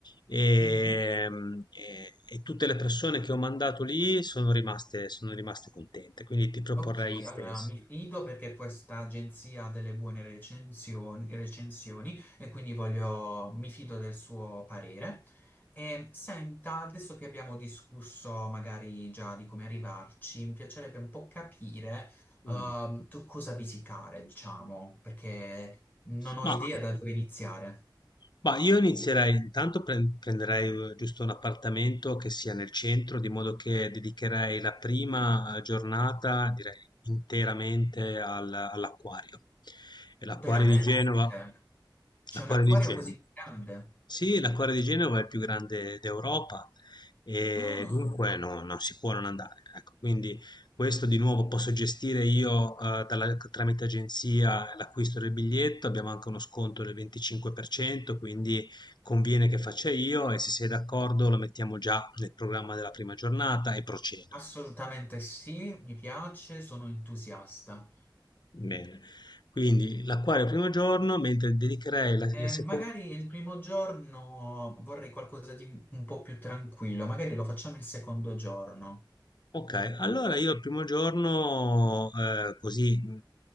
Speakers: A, on the left; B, on the left.
A: E,
B: Mhm.
A: mm, e- e tutte le persone che ho mandato lì sono rimaste, sono rimaste contente, quindi ti proporrei
B: Ok,
A: gli stessi.
B: allora mi fido perché questa agenzia ha delle buone recensioni, recensioni e quindi voglio, mi fido del suo parere. E senta, adesso che abbiamo discusso magari già di come arrivarci, mi piacerebbe un po' capire ehm,
A: Mm.
B: tu cosa visitare, diciamo, perché non ho
A: Ma
B: idea da dove iniziare.
A: Ma io inizierei, intanto pre- prenderei eh, giusto un appartamento che sia nel centro, di modo che dedicherei la prima eh, giornata, direi, interamente al- all'acquario. E l'acquario
B: Veramente?
A: di Genova,
B: C'è
A: l'acquario
B: un acquario
A: di Genova.
B: così grande?
A: Sì, l'acquario di Genova è il più grande d'Europa e
B: <gasps>
A: dunque no, non si può non andare. Ecco, quindi questo di nuovo posso gestire io, uhm, dalla tramite agenzia l'acquisto del biglietto, abbiamo anche uno sconto del 25%, quindi conviene che faccia io e se sei d'accordo lo mettiamo già nel programma della prima giornata e procedo.
B: Ah, assolutamente sì, mi piace, sono entusiasta.
A: Bene. Quindi l'acquario primo giorno, mentre dedicherei la il
B: Eh,
A: seco
B: magari il primo giorno vorrei qualcosa di un po' più tranquillo, magari lo facciamo il secondo giorno.
A: Ok, allora io il primo giorno eh, così mh,